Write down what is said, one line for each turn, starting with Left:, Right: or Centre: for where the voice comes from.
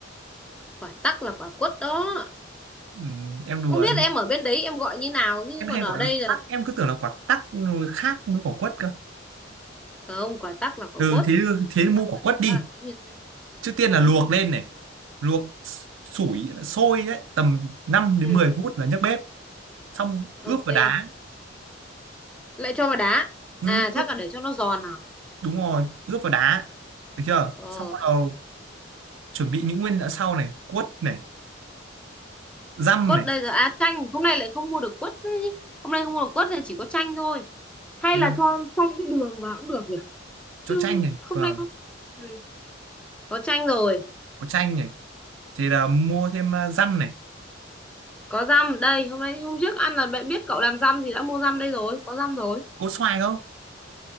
Centre: Quả tắc là quả quất đó.
Right: ừ, em đùa
Centre: Không biết em ở bên đấy em gọi như nào chứ
Right: em hay
Centre: còn ở
Right: gọi
Centre: đây
Right: là
Centre: là
Right: tắc em cứ tưởng là quả tắc khác với quả quất cơ
Centre: không quả tắc là quả
Right: ừ
Centre: quất.
Right: thế thế
Centre: Quả
Right: mua
Centre: tắc
Right: quả
Centre: là
Right: quất
Centre: chẳng qua
Right: đi
Centre: là tiếng miền Nam.
Right: trước tiên
Centre: Ừ.
Right: là luộc lên này luộc sủi sôi đấy tầm 5 đến
Centre: Ừ.
Right: 10 phút là nhấc bếp xong ướp
Centre: Ok.
Right: vào đá
Centre: lại cho vào đá
Right: ừ,
Centre: à chắc
Right: ướp
Centre: là để cho nó giòn hả
Right: đúng rồi ướp vào đá được chưa
Centre: ờ,
Right: xong bắt đầu chuẩn bị những nguyên liệu sau này quất này dăm
Centre: quất
Right: này
Centre: đây giờ à chanh hôm nay lại không mua được quất đấy chứ. hôm nay không mua được quất thì chỉ có chanh thôi hay
Right: thế
Centre: là
Right: là
Centre: cho chanh với đường vào cũng được nhỉ chứ
Right: cho chanh này
Centre: hôm
Right: vâng
Centre: nay có ừ, có chanh rồi
Right: có chanh này thì là mua thêm à, dăm này
Centre: có dăm đây hôm nay hôm trước ăn là bạn biết cậu làm dăm thì đã mua dăm đây rồi có dăm rồi
Right: có xoài không